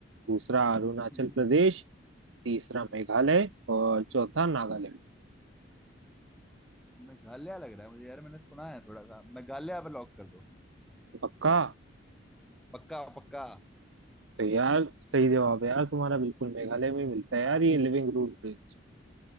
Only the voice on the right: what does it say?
दूसरा अरुणाचल
प्रदेश तीसरा मेघालय और चौथा नागालैंड
पक्का
तो यार सही जवाब है यार तुम्हारा बिल्कुल मेघालय में मिलता है यार
ये लिविंग रूट ब्रिज